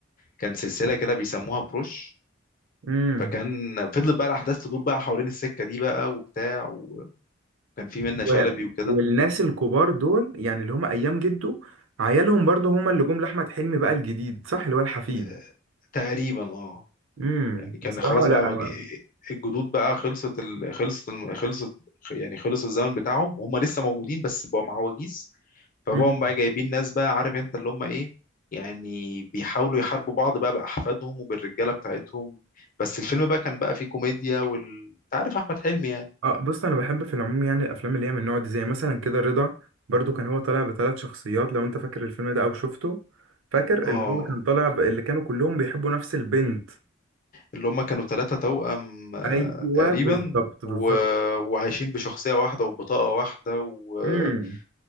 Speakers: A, on the left; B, on the right.
A: كان سلسله كده بيسموها بروش
B: امم
A: فكان فضلت بقى الاحداث تدور بقى حوالين السكه دي بقى وبتاع وكان في منة
B: و...
A: شلبي وكده
B: والناس الكبار دول يعني اللي هم ايام جده عيالهم برضو هم اللي جم لاحمد حلمي بقى الجديد صح اللي هو الحفيد
A: آه، تقريبا اه
B: امم
A: يعني كان
B: بصراحة
A: خلاص بقى
B: لا
A: مج...
B: ما...
A: الجدود بقى خلصت ال... خلصت ال... خلصت يعني خلص الزمن بتاعهم وهم لسه موجودين بس بقوا مع وجيز فبقوا
B: مم.
A: بقى جايبين ناس بقى عارف انت اللي هم ايه يعني بيحاولوا يحاربوا بعض بقى بأحفادهم وبالرجالة بتاعتهم بس الفيلم بقى كان بقى فيه كوميديا وال انت عارف أحمد حلمي يعني
B: اه بص انا بحب في العموم يعني الافلام اللي هي من النوع دي زي مثلا كده رضا برضو كان هو طالع بثلاث شخصيات لو انت فاكر الفيلم ده او شفته فاكر
A: اه
B: اللي هو كان طالع ب... اللي كانوا كلهم بيحبوا نفس البنت
A: اللي هم كانوا ثلاثة توأم آه،
B: ايوه
A: تقريبا
B: بالظبط
A: و...
B: بالظبط
A: وعايشين بشخصية واحدة وبطاقة واحدة وأنا
B: امم